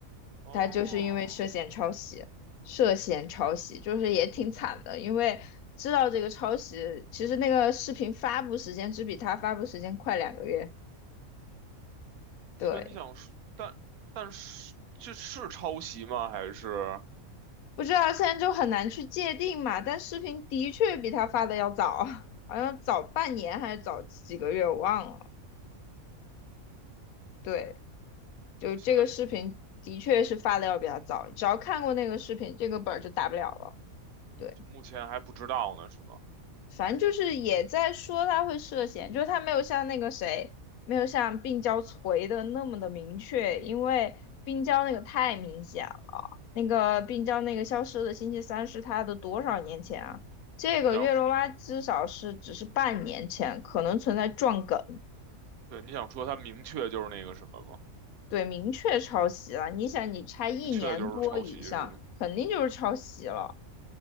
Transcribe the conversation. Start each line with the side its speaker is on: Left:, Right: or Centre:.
Right: 哦，
Left: 他就是因为涉嫌抄袭，涉嫌抄袭，就是也挺惨的，因为知道这个抄袭，其实那个视频发布时间只比他发布时间快两个月，对，
Right: 所以你想说，但但是这是抄袭吗？还是
Left: 不知道现在就很难去界定嘛，但视频的确比他发的要早，<laughs> 好像早半年还是早几个月，我忘了，对，就这个视频的确是发的要比他早，
Right: 就现在目
Left: 只要看过那个视频，这个本儿就打不了了，对，
Right: 就目前还不知道呢，是吗？
Left: 反正就是也在说他会涉嫌，就是他没有像那个谁，没有像病娇锤的那么的明确，因为病娇那个太明显了。那个病娇那个消失的星期三是他的多少年前啊？这个月罗拉至少是只是半年前，
Right: 想
Left: 可能存在撞梗，
Right: 对，你想说他明确就是那个什么吗？
Left: 对，明确抄袭了。你想，你差一年多以上，
Right: 明确就是抄袭是吗？
Left: 肯定就是抄袭了。